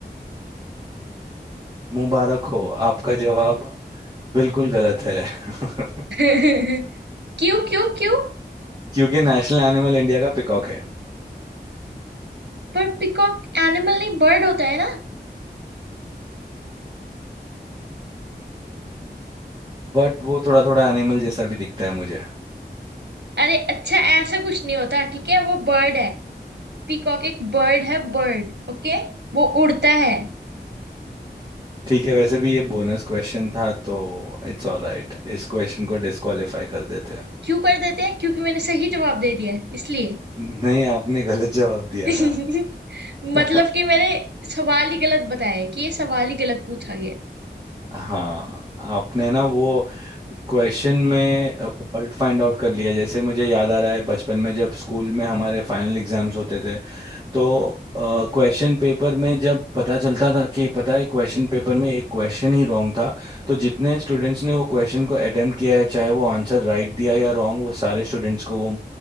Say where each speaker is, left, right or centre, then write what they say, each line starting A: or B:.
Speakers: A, on the right; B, on the right.
A: मुबारक हो आपका जवाब बिल्कुल गलत है <laughs>
B: <laughs> क्यों क्यों क्यों
A: क्योंकि नेशनल एनिमल इंडिया का पिकॉक है
B: पर पिकॉक एनिमल नहीं बर्ड होता है ना
A: बट वो थोड़ा थोड़ा एनिमल जैसा भी दिखता है मुझे
B: अरे अच्छा ऐसा कुछ नहीं होता ठीक है वो बर्ड है पीकॉक एक बर्ड है बर्ड ओके वो उड़ता है
A: ठीक है वैसे भी ये बोनस क्वेश्चन था तो इट्स ऑल राइट इस क्वेश्चन को डिस्क्वालीफाई कर देते हैं
B: क्यों कर देते हैं क्योंकि मैंने सही जवाब दे दिया है, इसलिए
A: नहीं आपने गलत जवाब दिया
B: <laughs>
A: था
B: मतलब
A: <laughs>
B: कि मैंने सवाल ही गलत बताया है कि ये सवाल ही गलत पूछा गया है।
A: हाँ आपने ना वो क्वेश्चन में फॉल्ट फाइंड आउट कर लिया जैसे मुझे याद आ रहा है बचपन में जब स्कूल में हमारे फाइनल एग्जाम्स होते थे तो क्वेश्चन पेपर में जब पता चलता था कि पता है क्वेश्चन पेपर में एक क्वेश्चन ही रॉन्ग था तो जितने स्टूडेंट्स ने वो क्वेश्चन को अटेम्प्ट किया है चाहे वो आंसर राइट दिया या रॉन्ग वो सारे स्टूडेंट्स को वो